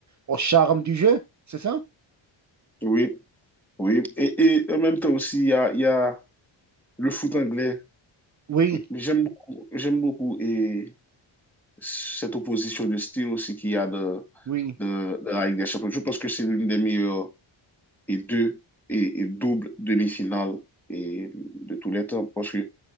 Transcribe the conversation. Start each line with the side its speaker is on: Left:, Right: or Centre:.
Right: au charme du jeu, c'est ça?
Centre: Oui, oui. Et, et en même temps aussi, il y a, il y a le foot anglais.
Right: Oui,
Centre: Et J'aime beaucoup, j'aime beaucoup et cette opposition de style aussi qu'il y a de,
Right: oui,
Centre: de, de la Ligue des Champions. Je pense que c'est l'une des meilleures et deux et, et double demi-finales et de tous les temps parce que